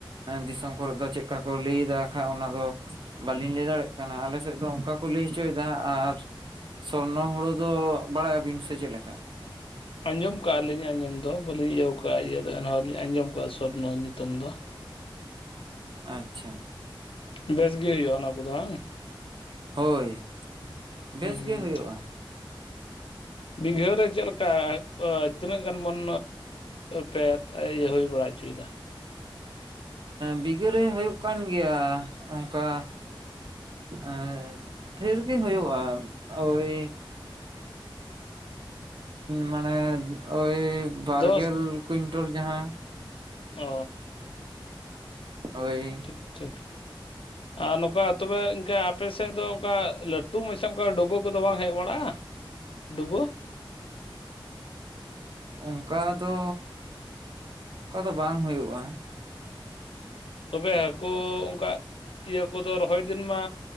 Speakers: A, on the right; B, on the left.
A: ᱫᱤᱥᱚᱢ ᱠᱚᱨᱮ ᱫᱚ ᱪᱮᱫᱠᱟ ᱠᱚ ᱞᱟᱹᱭᱫᱟ ᱠᱷᱟᱡ ᱚᱱᱟ ᱫᱚ ᱵᱟᱹᱞᱤᱧ ᱞᱟᱹᱭ ᱫᱟᱲᱮᱭᱟᱜ ᱠᱟᱱᱟ ᱟᱞᱮ ᱥᱮᱫ ᱫᱚ ᱚᱱᱠᱟ ᱠᱚ ᱞᱟᱹᱭ ᱦᱚᱪᱚᱭᱮᱫᱟ ᱟᱨ ᱥᱚᱨᱱᱚ ᱦᱩᱲᱩ ᱫᱚ ᱵᱟᱲᱟᱭᱟᱵᱤᱱ ᱥᱮ ᱪᱮᱫ ᱞᱮᱠᱟ?
B: ᱟᱸᱡᱚᱢ ᱠᱟᱜᱼᱟ ᱞᱤᱧ ᱟᱸᱡᱚᱢ ᱫᱚ ᱵᱟᱹᱞᱤᱧ ᱤᱭᱟᱹ ᱠᱟᱜᱼᱟ ᱤᱭᱟᱹ ᱫᱚ ᱮᱱᱦᱚᱸ ᱞᱤᱧ ᱟᱸᱡᱚᱢ ᱠᱫᱼᱟ ᱥᱚᱨᱱᱚ ᱧᱩᱛᱩᱢ ᱫᱚ
A: ᱟᱪᱪᱷᱟ
B: ᱵᱮᱥ ᱜᱮ ᱦᱩᱭᱩᱜᱼᱟ ᱚᱱᱟ ᱠᱚᱫᱚ ᱵᱟᱝᱟ
A: ᱦᱳᱭ ᱵᱮᱥ
B: ᱦᱩᱸ
A: ᱜᱮ ᱦᱩᱭᱩᱜᱼᱟ
B: ᱵᱤᱜᱷᱟᱹᱨ ᱨᱮ ᱪᱮᱫᱠᱟ ᱛᱤᱱᱟᱹᱜ ᱜᱟᱱ ᱵᱚᱱ ᱯᱮ ᱤᱭᱟᱹ ᱦᱩᱭ ᱵᱟᱲᱟ ᱦᱚᱪᱚᱭᱮᱫᱟ
A: ᱵᱤᱜᱷᱟᱹᱨᱮ ᱦᱩᱭᱩᱜ ᱠᱟᱱ ᱜᱮᱭᱟ ᱚᱱᱠᱟ ᱟᱨ ᱰᱷᱮᱨ ᱜᱮ ᱦᱩᱭᱩᱜᱼᱟ ᱳᱭ ᱢᱟᱱᱮ ᱳᱭ ᱵᱟᱨᱜᱮᱞ
B: ᱫᱚᱥ
A: ᱠᱩᱭᱤᱱᱴᱚᱞ ᱡᱟᱦᱟᱸ
B: ᱚᱻ
A: ᱦᱳᱭ
B: ᱴᱷᱤᱠ ᱴᱷᱤᱠ
A: ᱦ
B: ᱟᱨ ᱱᱚᱝᱠᱟ ᱛᱚᱵᱮ ᱤᱱᱠᱟ ᱟᱯᱮᱥᱮᱫ ᱫᱚ ᱚᱱᱠᱟ ᱞᱟᱹᱴᱩ ᱢᱟᱪᱷᱟ ᱚᱱᱠᱟ ᱰᱩᱵᱟᱹ ᱠᱚᱫᱚ ᱵᱟᱝ ᱦᱮᱡ ᱵᱟᱲᱟᱜᱼᱟ ᱫᱩᱵᱚ
A: ᱚᱱᱠᱟ ᱫᱚ ᱚᱱᱠᱟ ᱫᱚ ᱵᱟᱝ ᱦᱩᱭᱩᱜᱼᱟ
B: ᱛᱚᱵᱮ ᱦᱟᱹᱠᱩ ᱚᱱᱠᱟ ᱤᱭᱟᱹ ᱠᱚᱫᱚ ᱨᱚᱦᱚᱭ ᱫᱤᱱ ᱢᱟ